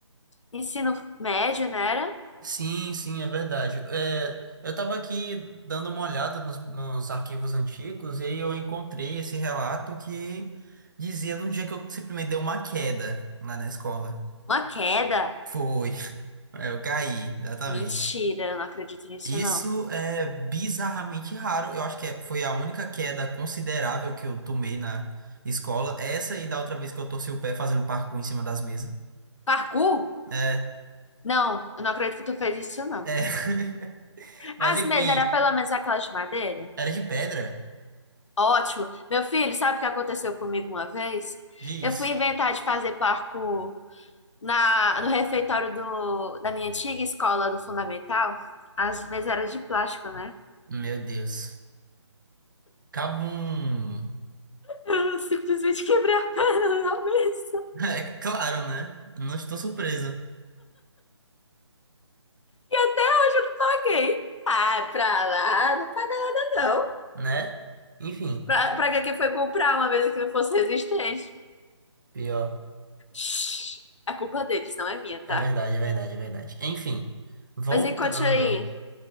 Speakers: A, on the left; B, on the right.
A: ensino médio, não era?
B: Sim, sim, é verdade. É, eu tava aqui dando uma olhada nos, nos arquivos antigos e aí eu encontrei esse relato que dizia de um dia que eu simplesmente dei uma queda lá na escola.
A: Uma queda?
B: Foi, <laughs> eu caí, exatamente.
A: Mentira, eu não acredito nisso
B: Isso
A: não.
B: é bizarramente raro. Eu acho que é- foi a única queda considerável que eu tomei na escola. Essa e da outra vez que eu torci o pé fazendo parkour em cima das mesas.
A: Parkour?
B: É,
A: Não, eu não acredito que tu fez isso não.
B: é. <laughs> Mas
A: As
B: enfim,
A: mesas eram pelo menos aquelas de madeira?
B: era de pedra?
A: Ótimo. Meu filho, sabe o que aconteceu comigo uma vez?
B: Diz.
A: Eu fui inventar de fazer parkour na, no refeitório do, da minha antiga escola do Fundamental. As mesas eram de plástico, né?
B: Meu Deus. Cabum. <laughs>
A: Eu simplesmente quebrei a perna <laughs> na mesa.
B: É claro, né? Não estou surpresa,
A: E até hoje eu não paguei. Ai, pra lá, não paga não.
B: né? Enfim,
A: Pra, pra que que foi comprar uma mesa que não fosse resistente?
B: pior.
A: Shhh, a culpa deles, não é minha,
B: É
A: tá?
B: verdade, é verdade, é verdade. Enfim, voltando.
A: Mas e conte aí.